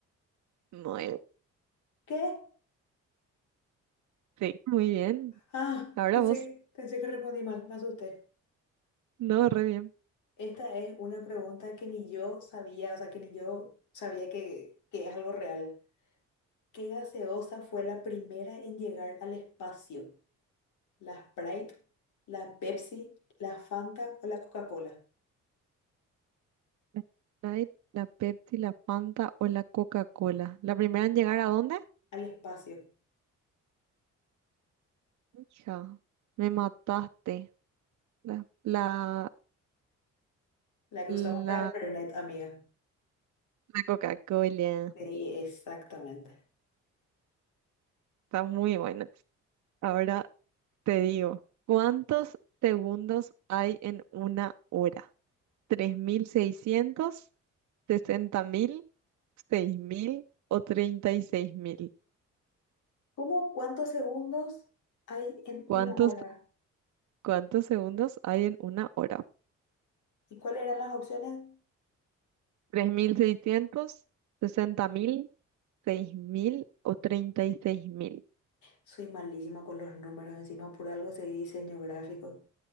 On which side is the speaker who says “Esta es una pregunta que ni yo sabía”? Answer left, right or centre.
Left